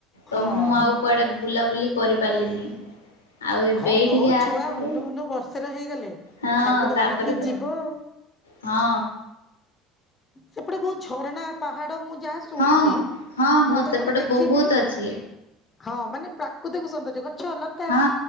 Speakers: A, on the left; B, on the left.
A: ହଁ।
B: ତ ମୁଁ ଆଉ କୁଆଡେ ବୁଲାବୁଲି କରିପାରିଲିନି। ଆଉ ଏବେ
A: ହଁ
B: ଏଇଠିକି
A: ହଉ
B: ଆସିଲେ
A: ଛୁଆ ଅନଉ ଅନଉ ବର୍ଷକେ ହେଇଗଲେ
B: ହଁ
A: ତାକୁ ଧରିକି
B: ତାପରେ ତ
A: ଯିବ ଆଉ।
B: ହଁ
A: ସେପଟେ ବହୁତ ଝରଣା ପାହାଡ ମୁଁ ଯାହା ଶୁଣିଛି
B: ହଁ ହଁ ହଁ
A: ମୁଁ ତ
B: ସେପଟେ
A: କେବେ ଦେଖିନି
B: ବହୁତ ଅଛି।
A: ହଁ ମାନେ ପ୍ରାକୃତିକ ସୌନ୍ଦର୍ଯ୍ୟ ଗଛ ଲ
B: ହଁ